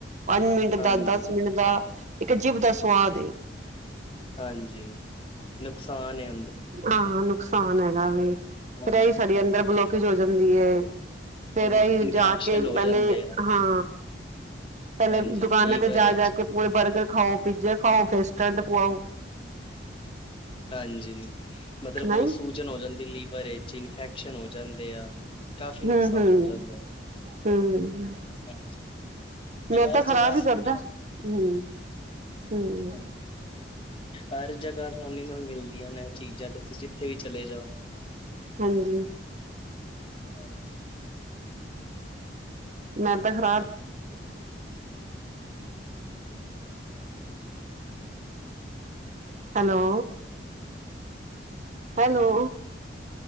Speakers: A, on the right (about 45°); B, on the left (about 30°).
A: ਪੰਜ ਮਿੰਟ ਦਾ,
B: ਹਾਂਜੀ
A: ਦਸ ਮਿੰਟ ਦਾ ਇੱਕ ਜੀਬ ਦਾ ਸੁਵਾਦ
B: ਹਾਂਜੀ, ਨੁਕਸਾਨ ਏ,
A: ਹਾਂ ਨੁਕਸਾਨ ਹੈਗਾ, ਵੀ
B: ਹਾਂਜੀ
A: ਫੇਰ ਇਹੀ ਸਾਡੀ ਅੰਦਰ ਬਲੋ। ਕਜ ਹੋ ਜਾਂਦੀ ਹੈ, ਫੇਰ
B: ਹਾਂਜੀ
A: ਅਸੀਂ
B: ਇਨਫੈਕਸ਼ਨ
A: ਜਾ ਕੇ
B: ਹੋ
A: ਪਹਿਲੇ
B: ਜਾਂਦੇ ਆ
A: ਹਾਂ। ਪਹਿਲੇ
B: ਹਾਂਜੀ,
A: ਦੁਕਾਨਾਂ
B: ਲੀਵਰ
A: ਤੇ ਜਾ
B: ਵਿੱਚ
A: ਜਾ ਕੇ ਪੂਰੇ ਬਰਗਰ ਖਾਓ, ਪੀਜੇ ਖਾਓ ਸਟੈਂਡ ਪਵਾਓ।
B: ਹਾਂਜੀ, ਮਤਲਬ
A: ਨਹੀਂ
B: ਬਹੁਤ ਸੂਜਨ ਹੋ ਜਾਂਦੀ, ਲੀਵਰ ਵਿੱਚ ਇਨਫੈਕਸ਼ਨ ਹੋ ਜਾਂਦੇ ਆ ਕਾਫ਼ੀ ਨੁਕਸਾਨ
A: ਹੂੰ ਹੂੰ
B: ਹੋ ਜਾਂਦਾ ਹੈ।
A: ਹੂੰ,
B: ਅ ਬਿਹਾਰ
A: ਮੈਦਾ ਖ਼ਰਾਬ
B: ਜਗਾ
A: ਹੀ ਕਰਦਾ
B: ਸਾਨ
A: ਹੂੰ ਹੂੰ
B: ਸਹੀ ਹਰ ਜਗ੍ਹਾ ਆਸਾਨੀ ਨਾਲ ਮਿਲਦੀਆਂ ਨੇ ਇਹ ਚੀਜ਼ਾਂ ਤੁਸੀਂ ਜਿੱਥੇ ਵੀ ਚਲੇ ਜਾਓ।
A: ਹਾਂਜੀ
B: ਹਾਂਜੀ
A: ਮੈਂਦ ਖਰਾਬ ਹੈਲੋ ਹੈਲੋ